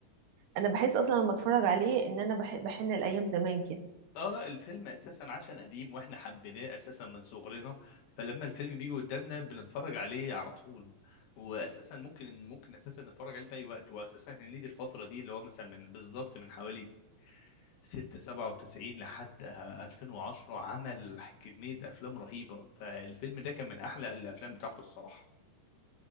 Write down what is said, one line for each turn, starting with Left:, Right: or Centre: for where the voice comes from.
Right: انا بحس اصلا لما اتفرج عليه ان انا بح- بحن الايام زمان كده
Left: اه لا الفيلم اساسا عشان قديم واحنا حبيناه اساسا من صغرنا فلما الفيلم بيجي قدامنا بنتفرج عليه على طول واساسا ممكن ممكن اساسا نتفرج عليه في اي وقت واساسا هنيدي الفتره دي اللي هو مثلا من بالظبط من حوالي 6 97 لحد آه، 2010 عمل كميه افلام رهيبه فالفيلم ده كان من احلى الافلام بتاعته الصراحه